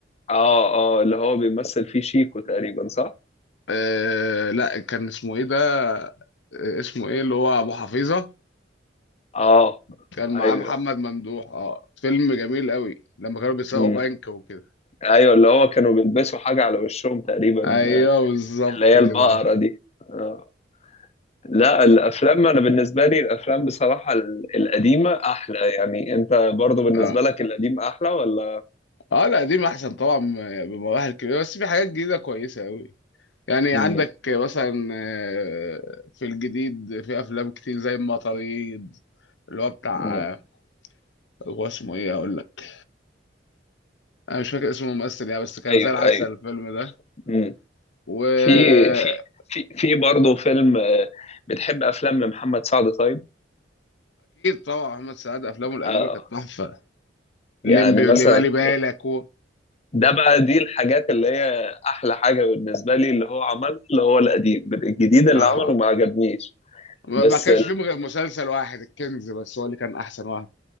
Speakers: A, on the left; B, on the left.
A: اه اه اللي هو بيمثل فيه شيكو تقريبا صح
B: آه لا كان اسمه ايه ده آه، اسمه ايه اللي هو ابو حفيظه
A: اه
B: كان
A: ايوه
B: معاه محمد ممدوح اه فيلم جميل قوي لما كانوا بيسرقوا
A: مم.
B: بنك وكده
A: ايوه اللي هو كانوا بيلبسوا حاجه على وشهم تقريبا
B: ايوه
A: آه،
B: بالظبط
A: اللي هي
B: كده
A: البقره دي آه. لا الافلام انا بالنسبه لي الافلام بصراحه ال- القديمه احلى يعني انت برضو بالنسبه
B: اه
A: لك القديم احلى ولا
B: اه لا دي احسن طبعا بمراحل كبيره بس في حاجات جديده كويسه قوي يعني
A: مم.
B: عندك مثلا آه، في الجديد في افلام كتير زي المطاريد اللي هو بتاع
A: مم.
B: آه، هو اسمه ايه هقول لك انا مش فاكر اسمه الممثل يعني بس كان
A: ايوه
B: زي العسل
A: ايوه
B: الفيلم ده
A: مم.
B: واكيد
A: في في في في برضه فيلم آه، بتحب افلام لمحمد سعد طيب
B: طبعا محمد سعد افلامه القديمه
A: آه
B: كانت تحفه
A: يعني
B: ليمبي
A: مثلا
B: واللي بالي بالك و...
A: ده بقى دي الحاجات اللي هي احلى حاجه بالنسبه لي اللي هو عملها اللي هو القديم الجديد اللي
B: اه
A: عمله ما عجبنيش
B: ما
A: بس
B: ما كانش فيلم غير مسلسل واحد الكنز بس هو اللي كان احسن واحد